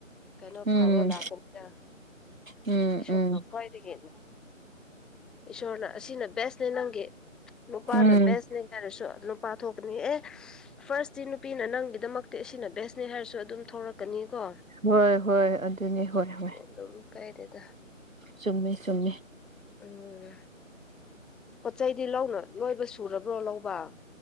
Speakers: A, in the centre; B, on the right.
A: ꯀꯩꯅꯣ
B: ꯎꯝ
A: ꯐꯕ ꯂꯥꯛꯀꯅꯤꯗ
B: ꯎꯝ
A: ꯏꯁꯣꯔꯅ
B: ꯎꯝ
A: ꯈ꯭ꯋꯥꯏꯗꯒꯤ ꯑꯪ ꯏꯁꯣꯔꯅ ꯑꯁꯤꯅ ꯕꯦꯁꯅꯦ ꯅꯪꯒꯤ ꯅꯨꯄꯥꯅ
B: ꯎꯝ
A: ꯕꯦꯁꯅꯤ ꯍꯥꯏꯔꯁꯨ ꯅꯨꯄꯥ ꯊꯣꯛꯀꯅꯤꯍ‌ꯦ ꯐꯥꯔꯁꯇꯤ ꯅꯨꯄꯤꯅ ꯅꯪꯒꯤꯗꯃꯛꯇ ꯑꯁꯤꯅ ꯕꯦꯁꯅꯦ ꯍꯥꯏꯔꯁꯨ ꯑꯗꯨꯝ ꯊ‌ꯣꯔꯛꯀꯅꯤ ꯀꯣ
B: ꯍꯣꯏ ꯍꯣꯏ ꯑꯗꯨꯅꯤ ꯍꯣꯏ ꯍꯣꯏ
A: ꯑꯗꯨꯝ ꯀꯥꯏꯗꯦꯗ
B: ꯆꯨꯝꯃꯦ ꯆꯨꯝꯃꯦ
A: ꯎꯝ ꯄꯣꯠ ꯆꯩꯗꯤ ꯂꯧꯅ ꯂꯣꯏꯕ ꯁꯨꯔꯕ꯭ꯔꯣ ꯂꯧꯕ